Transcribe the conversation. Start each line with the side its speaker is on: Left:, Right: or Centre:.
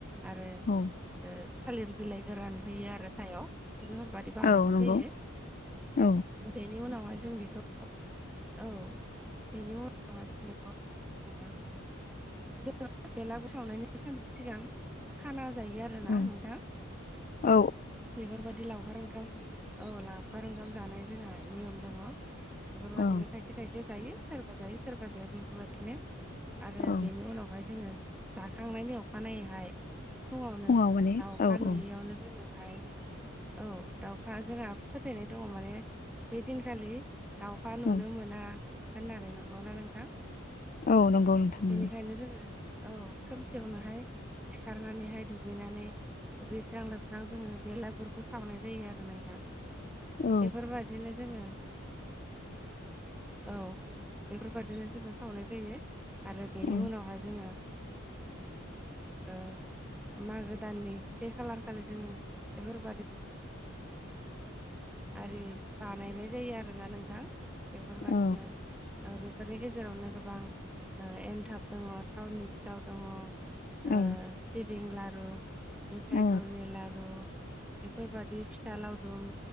Centre: आरो
Left: औ
Centre: ओ थालिर बिलाइ गोरान होयो आरो सायाव बेफोरबायदि बानायनाय
Left: औ नंगौ
Centre: जायो।
Left: औ
Centre: बेनि उनावहाय जों बेखौ औ बेनि उनाव जों बेखौ ओ जोङो बेलागुर सावनायनि सानसे सिगां खाना जायो आरोना
Left: औ
Centre: नोंथाङा।
Left: औ
Centre: बेफोरबायदि लावखार ओंखाम औ लावखार ओंखाम जानाय जोंहा नियम दङ। बेफोर
Left: औ
Centre: बायदिनो खायसे जायो सोरबा जायो सोरबा जाया बेफोरबायदिनो आरो
Left: औ
Centre: बेनि उनावहाय जोङो जाखांनायनि अखानायैहाय फुङावनो
Left: फुङाव माने
Centre: दाउखा
Left: औ
Centre: नुयैयावनो
Left: औ
Centre: जोङो हाय औ दाउखा जोंहा फोथायनाय दङ माने बै दिनखालि दाउखा नुनो
Left: औ
Centre: मोना होननानै। नंगौना नोंथां?
Left: औ नंगौ नोंथां नंगौ
Centre: बेनिखायनो जोङो औ खोमसियावनोहाय सिखारनानैहाय दुगैनानै दुबस्रां-लोबस्रां जोङो बेलागुरखौ सावनाय जायो आरो नोंथां।
Left: औ
Centre: बेफोरबायदिनो जोङो औ बेफोरबायदिनो जोङो सावनाय जायो। आरो बेनि
Left: औ
Centre: उनावहाय जोङो ओ मागो दाननि से खालार खालि जोङो बेफोरबायदि आरि बानायनाय जायो आरोना नोंथां। बेफोरबायदिनो
Left: औ
Centre: ओ बेफोरनि गेजेरावनो गोबां ओ एनथाब दङ, थाावननि सिथाव दङ ओ
Left: औ
Centre: सिबिं लारु, मेथाइ
Left: औ
Centre: गुरनि लारु बेफोरबायदि फिथा लावदुम